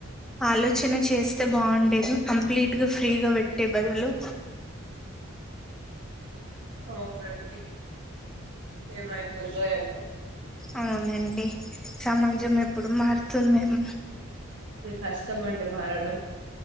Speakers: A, in the centre; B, on the right (about 55°).
A: ఆలోచన చేస్తే బాగుండేది, కంప్లీట్ గా ఫ్రీగా పెట్టే బదులు.
B: అవునండి ఏమైతుందో ఏమో
A: అవునండి సమాజం ఎప్పుడు మారుతుందేమో
B: ఇగ్ కష్టమండి మారడం